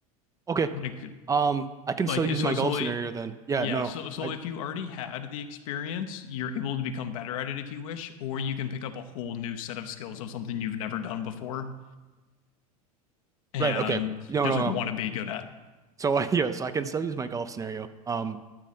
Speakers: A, on the right; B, on the left.
A: Okay.
B: Like
A: Um, I can
B: like
A: still use
B: so
A: my golf
B: so
A: scenario then. Yeah,
B: Yeah,
A: no.
B: so so
A: I
B: if you already had the experience, you're able to become better at it if you wish, or you can pick up a whole new set of skills of something you've never done before and
A: right, okay. No,
B: just
A: no,
B: like
A: no.
B: want to be good at.
A: So <laughs> yes, I can still use my golf scenario. Um,